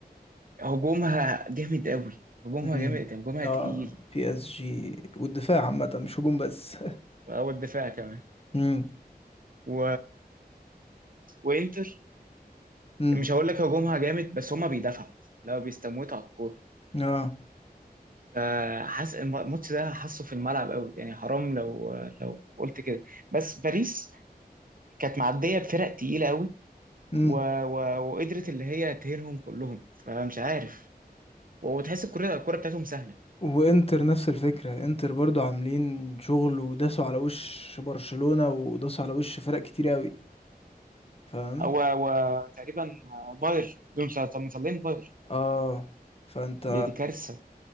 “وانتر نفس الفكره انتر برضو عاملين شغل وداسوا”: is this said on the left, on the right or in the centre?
Left